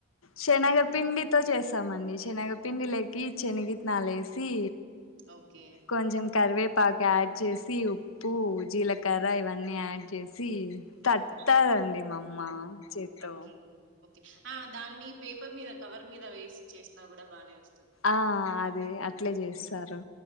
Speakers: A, on the left; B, on the right.
A: శనగపిండితో చేస్తా చేస్తామండి శనగ పిండిలకి శనిగ విత్తనాలు ఎసి
B: ఓకే
A: కొంచెం కరవే పాకు యాడ్ చేసి ఉప్పు జీలకర్ర ఇవన్నీ యాడ్ చేసి సి తట్టదండి
B: ఓకే
A: మా అమ్మ మా చేతితో
B: ఓకే. ఓకే ఆ దాన్ని ఈ పేపర్ మీద కవర్ మీద వేసి చేసినా కూడా బాగానే వస్తుంది
A: ఆ అదే అ అట్లే చేస్తారు